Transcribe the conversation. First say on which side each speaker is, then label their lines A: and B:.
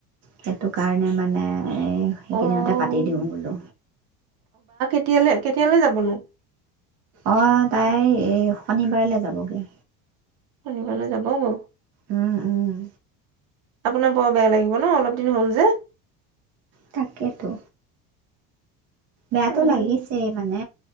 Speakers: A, on the right; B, on the right.
A: সেইটো কাৰণে মানে এ সেইকেইদিনতে
B: অ
A: পাতি দিওঁ বোলো
B: কেতিয়ালে, কেতিয়ালে যাবনো।
A: অ', তাই এই, শনিবাৰলে যাবগে।
B: <unintelligible> যাব বৌ?
A: উম, উম।
B: আপোনাৰ বৰ বেয়া লাগিব ন অলপ দিন হ'ল যে।
A: তাকেতো। বেয়াতো
B: উম
A: লাগিছে মানে